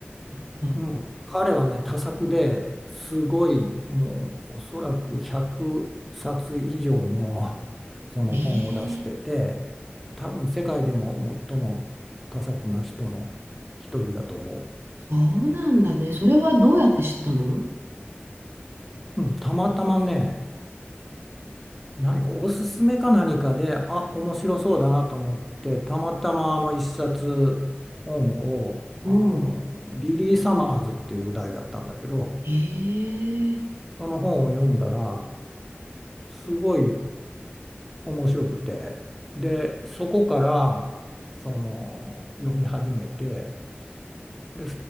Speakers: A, on the right; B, in the centre.
A: なるほど。
B: うん、彼はね、多作ですごい、もうおそらく100冊以上のその本を出してて、
A: ええ
B: 多分世界でも最も多作な人の一人だと思
A: そうなんだね。それはどうやって知ったの
B: う。うん、たまたまね、何かおすすめか何かで、あ、面白そうだなと思って、たまたまあの一冊本を、
A: おう。
B: あの、ビリー・サマーズっていう題だったんだけど、
A: ええ
B: その本を読んだら、すごい面白くてでそこからその読み始めてで